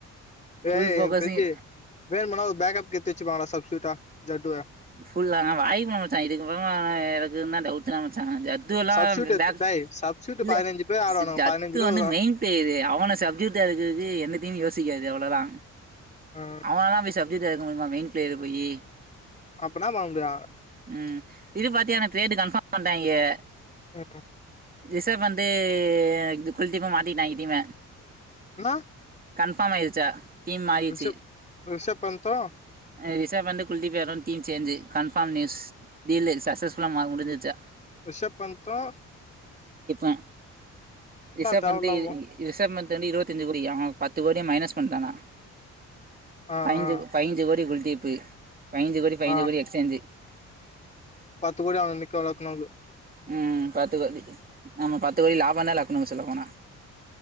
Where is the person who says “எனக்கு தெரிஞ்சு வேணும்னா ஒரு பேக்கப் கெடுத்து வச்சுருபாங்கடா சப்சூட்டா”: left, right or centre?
Left